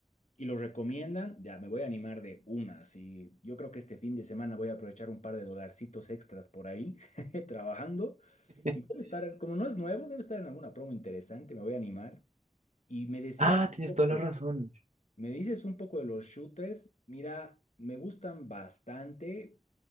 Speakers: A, on the left; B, on the right.
A: y lo recomiendan, ya me voy a animar de una. Sí, yo creo que este fin de semana voy a aprovechar un par de dolarcitos extras por ahí <laughs> trabajando
B: <laughs>
A: y debe estar, como no es nuevo, debe estar en alguna promo interesante, me voy a animar. Y me decías
B: Ah, tienes
A: un poco,
B: toda la razón.
A: me dices un poco de los shooters. Mira, me gustan bastante.